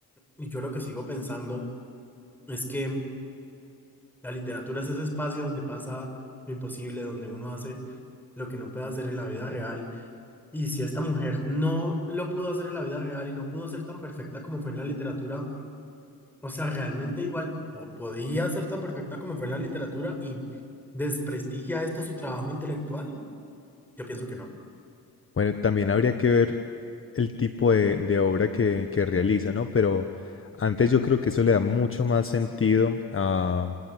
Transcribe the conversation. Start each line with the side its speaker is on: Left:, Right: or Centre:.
Centre: y yo lo que sigo pensando es que la literatura es ese espacio donde pasa lo imposible, donde uno hace lo que no puede hacer en la vida real. Y si esta mujer no lo pudo hacer en la vida real y no pudo ser tan perfecta como fue en la literatura, o sea, realmente igual po- podía ser tan perfecta como fue en la literatura y desprestigia esto su trabajo intelectual. Yo pienso que no.
Left: Bueno, también habría que ver el tipo de, de obra que, que realiza, ¿no? Pero antes yo creo que eso le da mucho más sentido a,